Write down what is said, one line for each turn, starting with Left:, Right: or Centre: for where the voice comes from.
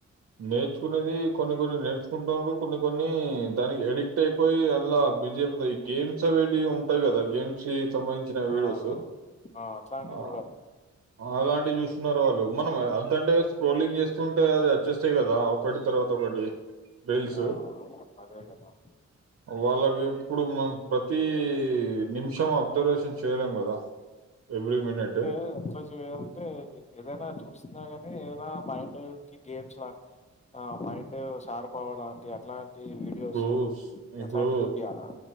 Right: నేర్చుకునేది కొన్ని కొన్ని నేర్చుకుంటురు కొన్ని కొన్ని దానికి ఎడిక్ట్ అయిపోయి అందాల బిజి అయిపోతారు ఇ గేమ్ చవేటి ఉంటయి గదా గేమ్స్ సంబంధించిన వీడియోస్
Left: ఆ ఆ ఆ! అట్లాంటివి
Right: ఆ
Left: చూడాలి
Right: అలాంటి చూ న్నారు వాళ్ళు మనం అద్దంటేస్ ట్రోలింగ్ చేస్తుంటే అది అచ్చేస్తయి గదా ఒకటి తర్వాత ఒకటి రీల్స్
Left: ఆ అదే గదా
Right: వాళ్ళకి ఇప్పుడు మనం ప్రతీ నిమిషం అబ్జర్వేషన్ చేయలేం కదా ఎవ్రీ మినిటు
Left: అంటే మొబైల్స్ వేయాలంటే ఏదైనా చూసినా గాని ఏ అలా మైండ్ కి గేమ్స్ లా ఆ మైండు షార్ప్ అవ్వడానికి అట్లా టి వీడియోసు
Right: ఇప్పుడు స్- ఇప్పుడు
Left: అట్లాంటి చూపియాలా